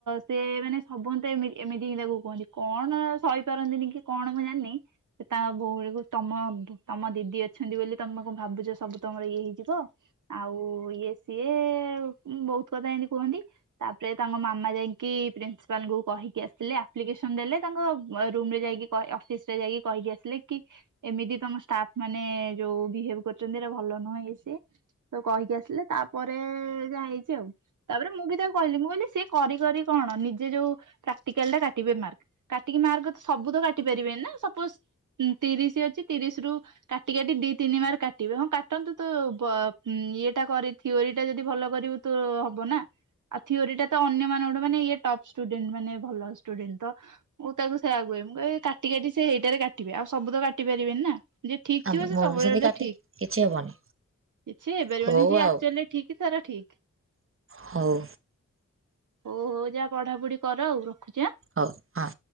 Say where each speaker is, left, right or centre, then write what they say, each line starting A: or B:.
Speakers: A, on the right; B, on the right.
A: ସେ ମାନେ ସବୁନ୍ତ ଏମିତି ହିଁ ତାକୁ କୁହନ୍ତି କଣ ସହିପାରନ୍ତିନି କି କଣ ମୁଁ ଜାଣ ନି ସେ ତା ଭୋଉଣୀକୁ ତମ ତମ ଦିଦି ଅ ଅଛନ୍ତି ବୋଲି ତମେ କଣ ଭାବୁଛ ସବୁ ତମର ଇଏ ହେଇଯିବ ଆଉ ଇଏ ସିଏ ବ ହୁତ୍ କଥା ଏମତି କୁହନ୍ତି, ତାପରେ ତାଙ୍କ ମାମା ଯାଇକି ପ୍ରିନ୍ସିପାଲଙ୍କୁୁ କହିକି ଆସିଲ ଆପ୍ଲିକେସନ ଦେଲେ ତାଙ୍କ ରୁମରେ ଯାଇକି ଅଫିସରେ ଯାଇକି କହିକି ଆସିଲେ କି ଏମିତି ତମ ଷ୍ଟାଫ୍ ମାନେ ମାନେ ଯୋଉ ବିହେଭ କରିଛନ୍ତି ଭଲ ନୁହେଁ ଇଏ ସିଏ, ତ କହିକି ଆସିଲେ ତାପରେ ଯା ହେଇଛି ଆଉ। ତାପରେ ମୁଁ ବି ତାକୁ କହିଲି ମୁଁ କହିଲି ସି କରି କରି କଣ ନିଜେ ଯୋଉ ପ୍ରାକ୍ଟିକାଲ ଟା କାଟିବେ ମାର୍କ। ମାର୍କ ତ ସବୁ ତ କାଟି ପାରିବେନି ନା ସପୋଜ ତିରିଶ ଅଛି ତିରିଶ ରୁ କାଟି କାଟି ଦିଇ ତିନି ମାର୍କ କାଟିବେ ହଁ କାଟନ୍ତୁ ତ ବ ଇଏଟା କରି ଥିଓରିଟା ଯଦି ଭଲ କରିବ ତ ହବ ନା। ଆଉ ଥିଓରିଟା ତ ଅନ୍ୟମାଙ୍କଠୁ ମାନେ ଇଏ ଟପ୍ ଷ୍ଟୁଡେଣ୍ଟ ମାନେ ଭଲ ଷ୍ଟୁଡେଣ୍ଟ ତ ମୁଁ ତାକୁ ସେଇଆ କୁହେ। କ ମୁଁ କହ କାଟି କାଟି ସେଇଟାରେ କାଟିବେ ଆଉବୁ ତ କାଟି ପାରିବେନି ନା ଯେ ଠିକ
B: ଆମର
A: ଥିବ ସେ
B: ମୋର
A: ସବୁବେଳେ
B: ବି ସେମିତି କାଟେ
A: ଠିକ।
B: କିଛି ହବନି
A: କିଛି ହେଇପାରିବନି
B: ହଉ
A: ଯିଏ
B: ଆଉ
A: ଆକଚୁଆଲି ଠିକି ସେରା ଠିକି।
B: ହଉ।
A: ହଉ ହଉ ଯା ପଢାପଢି କର ଆଉ ରଖୁଛି ଆଁ।
B: ହଉ ହଁ।